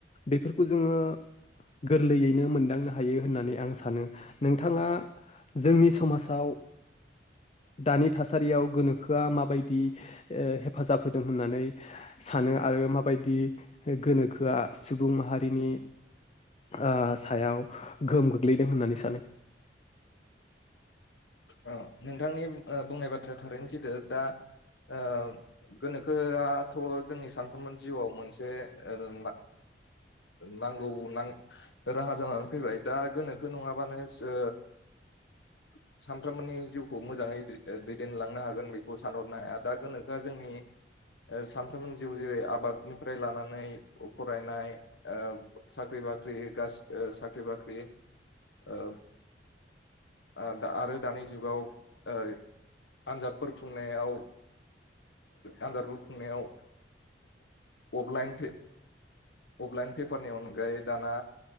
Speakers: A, on the left; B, on the left.
A: बेफोरखौ जोङो गोरलैयैनो मोनदांनो हायो होननानै आं सानो। नोंथाङा जोंनि समाजाव दानि थासारियाव गोनोखोआ माबायदि ओ हेफाजाब होदों होननानै सानो आरो माबायदि गोनोखोआ सुबुं माहारिनि ओ सायाव गोहोम गोग्लैदों होननानै सानो?
B: औ नोंथांनि ओ बुंनाय बाथ्राया थारैनो जैथो दा ओ गोनोखोआथ' जोंनि सानफ्रोमबो जिउआव मोनसे ओ नांगौ नां राहा जानानै फैबाय दा गोनोखो नङाबानो सो ओ <inaudible> सानफ्रोमबोनि जिउखौ मोजाङै दैदेनलांनो हागोन बेखौ सानहरनो हाया दा गोनोखोआ जोंनि ओ सानफ्रोमबो जिउ जेरै आबादनिफ्राय लानानै फरायनाय ओ साख्रि बाख्रि साख्रि बाख्रि ओ आ आरो दानि जुगाव ओ आनजादफोर खुंनायाव आनजारबो खुंनायाव अफलाइन अफलाइन पेपारनि अनगायै दाना